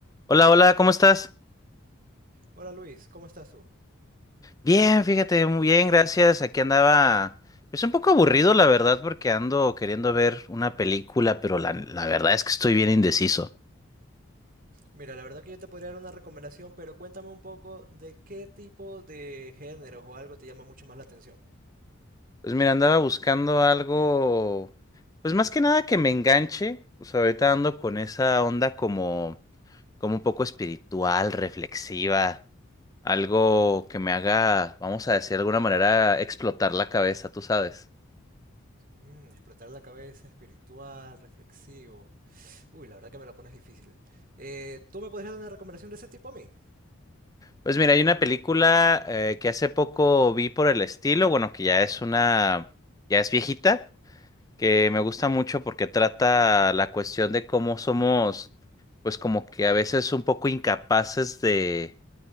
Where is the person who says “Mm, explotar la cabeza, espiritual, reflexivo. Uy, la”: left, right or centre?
Right